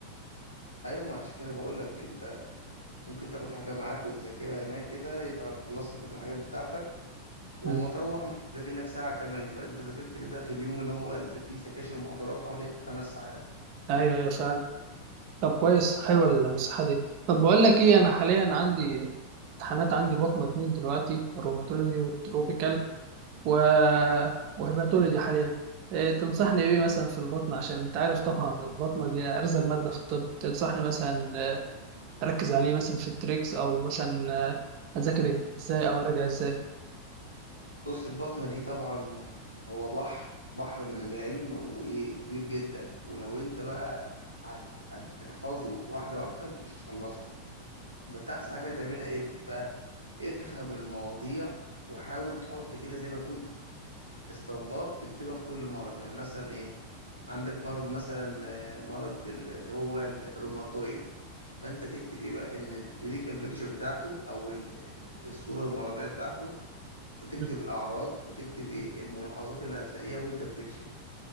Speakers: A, on the left; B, on the right.
A: ايوه ما عشان كده بقول لك انت ممكن تاخد حاجة معاك وتذاكرها هناك كده يبقى خلصت كده الحاجات بتاعتك واما
B: مم.
A: تروح ممكن تذاكر لك ساعة كمان يبقى انت ذاكرت كده في اليوم اللي هو اللي فيه سكاشن ومحاضرات حوالي خمس ساعات
B: ايوه ايوه فعلا طب كويس حلوه النصيحه دي طب بقول لك ايه انا حاليا عندي امتحانات عندي بطنه اتنين دلوقتي روماتولوجي والتروبيكال و... وهيباتولوجي حاليا إيه تنصحني بايه مثلا في البطن عشان انت عارف طبعا البطنه دي ارزل ماده في الطب تنصحني مثلا آه، اركز عليه مثلا في التريكس او مثلا آه، اذاكر إيه؟ ازاي او اراجع ازاي
A: بص البطنة دي طبعا هو بحر بحر من العلم وكبير جدا ولو انت بقى هت- هتحفظه واحدة واحدة انت مش هتخلصه فانت احسن حاجة تعملها ايه بقى افهم المواضيع وحاول تحط كده زي ما يكون استنباط تكتبها في كل مرض يعني مثلا ايه عندك مرض مثلا آه، مرض ال- اللي هو الروماتويد فانت تكتب ايه بقى ان الكلينيكال بيكتشر بتاعته او ال- الصوره المرضيه بتاعته وتكتب
B: اه
A: الاعراض وتكتب ايه الملاحظات اللي هتلاقيها وانت بتكشف